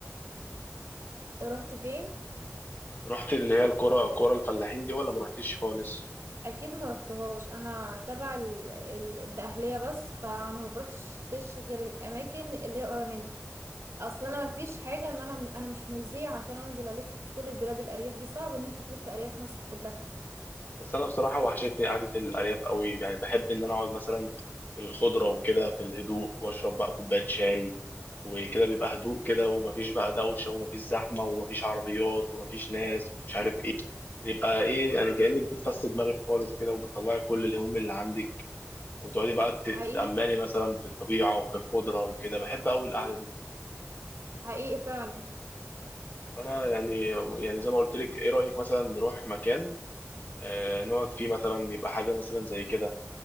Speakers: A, on the right; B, on the left.
A: رحت فين
B: رحت اللي هي الكرة كرة الفلاحين دي ولا ما رحتيش خالص؟
A: اكيد ما رحتهاش انا تبع ال... ال... الدقهلية بس فانا ما بروحش غير الاماكن اللي هي قريبة مني اصل انا مفيش حاجة ان انا انا مش مذيع عشان انزل الف في كل البلاد الارياف دي صعب ان انت تلف ارياف مصر كلها
B: بس انا بصراحة وحشتني قعدة الأرياف قوي يعني بحب ان انا اقعد مثلا في الخضرة وكده في الهدوء واشرب بقى كوباية شاي وكده بيبقى هدوء كده ومفيش بقى دوشة ومفيش زحمة ومفيش عربيات ومفيش ناس ومش عارف يبقى ايه يعني كأنك بتفسد دماغك خالص كده وبتطلعي كل الهموم اللي عندك وتقعدي بقى ت-
A: حقيقي
B: تتأملي مثلا في الطبيعة وفي الخضرة وكده بحب قوي القعدة دي
A: حقيقي فعلا
B: فانا يعني يعني زي ما قلت لك ايه رأيك مثلا نروح مكان آه نقعد فيه مثلا يبقى حاجة مثلا زي كده